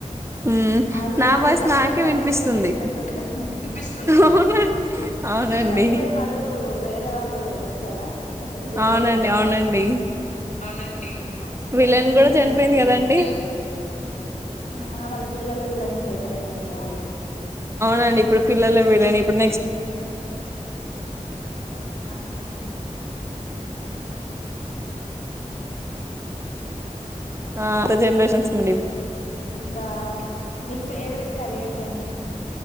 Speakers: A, on the right; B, on the left.
A: మ్మ్
B: అవి
A: నా
B: వాళ్ళు
A: వాయిస్
B: చనిపోయి
A: నాకే
B: మళ్ళీ
A: వినిపిస్తుంది
B: తిరిగి లేసినట్టుందిగా నిపిస్తుంది
A: అవునండి అవునండి
B: చనిపోయి మళ్ళీ ఇప్పుడు వేరే వాళ్ళు వచ్చారా నెక్స్ట్ జనరేషన్స్
A: అవునండి అవునండి
B: ఆ అవునన్ ఇ బ్రహ్మముడి
A: విలన్ కూడా చనిపోయింది
B: కార్తికదీపం
A: కదండి
B: ఆ వాళ్ళ పిల్లల విలన్ సైడ్ <unintelligible> ఇంకా వాళ్ళు
A: అండి ఇప్పుడు పిల్లల విలన్ ఇప్పుడు
B: ఆ
A: ఆ అంత జెనరేషన్స్ నుండి
B: ఇంకా మీకు ఫేవరెట్ కర్రీ ఏంటండి